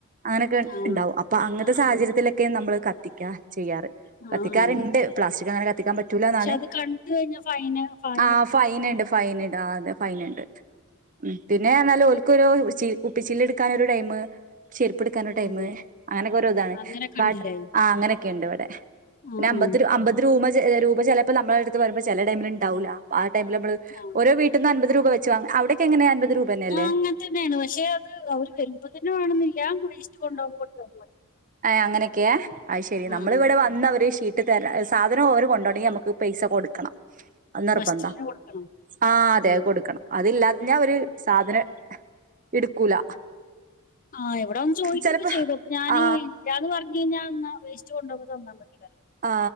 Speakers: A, on the right; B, on the left.
A: അങ്ങനെയൊക്കെ
B: ആ
A: ഉണ്ടാവും അപ്പൊ അങ്ങനത്തെ
B: ആ
A: സാഹചര്യത്തിലൊക്കെ
B: ആ
A: നമ്മള് കത്തിക്ക ചെയ്യാറ്
B: ആ
A: കത്തിക്കാറുണ്ട്
B: ആ
A: പ്ലാസ്റ്റിക് അങ്ങനെ കത്തിക്കാൻ പറ്റ റ്റൂലാന്നാണ്
B: പക്ഷെ അത് കണ്ട് കഴിഞ്ഞാ ഫൈന് ഫൈൻ
A: ആ
B: എടുക്കുന്നൊക്കെ
A: ഫൈൻണ്ട്
B: പറഞ്ഞു
A: ഫൈൻണ്ട് അതെ ഫൈൻ ഉണ്ട് ഉം പിന്നെ പർഞാല് ഓല്ക്ക് ഒരു ച കുപ്പിച്ചില്ല് എടുക്കാന് ഒരു ടൈം ചെരിപ്പ് എടുക്കാനുള്ള ടൈമ
B: ഉം
A: അങ്ങനെക്കെരോ ഇതാണ്
B: അങ്ങനെ കണ്ടില്ലേ
A: ബട്ട ആ അങ്ങനെയൊക്കെ ഉണ്ട് ഇവിടെ
B: ആ
A: പിന്നെ അമ്പത്
B: ആ
A: അമ്പത് രൂപ രൂപ ചിലപ്പോ നമ്മളെടുത്ത് വരുമ്പോ ചില ടൈമിൽ ഇണ്ടാവൂല ആ ടൈമില് നമ്മള്
B: ആ
A: ഓരോ വീട്ട്ന്ന് അൻപത് രൂപ വച്ച് വാങ്ങും അവിടേക്ക എങ്ങനെയ അൻപത് രൂപ തന്നെയല്ലേ
B: ആ അങ്ങനെ തന്നെയാണ് പക്ഷെ അത് അവര് വരുമ്പോ തന്നെ വേണന്നില്ലേ വേസ്റ്റ് കൊണ്ടുപകുമ്പോ കൊടുത്താ മതി.
A: അങ്ങനൊക്കെയെ അ ശരി
B: ആ
A: നമ്മളിവിടെ
B: ആ
A: വന്ന അവരെ ഷി ഇട്ട് തര സാധനം അവര് കൊണ്ടോണൻ ങ്കിൽ നമുക്ക് പൈസ കൊടുക്കണം നിർബന്ധ
B: ഫസ്റ്റില് കൊടുക്കണം
A: ആഹ് അതെ
B: ഉം
A: കൊടുക്കണം അതില്ലാഞ്ഞാ അവര് സാധനം ഇടുക്കൂല
B: ആഹ് എവിടെ ഒന്ന് ചോദിക്കൊക്കെ
A: ചെലപ്പോ
B: ചെയ്തു അപ്പൊ ഞാന്
A: ആ
B: ഇല്ലാന്ന് പറഞ്ഞ ഇല്ലങ്കിൽ ഞാൻ ന്നാ വേസ്റ്റ് കൊണ്ട് പോകുമ്പോ തന്നാ മതി പറയും.
A: ആ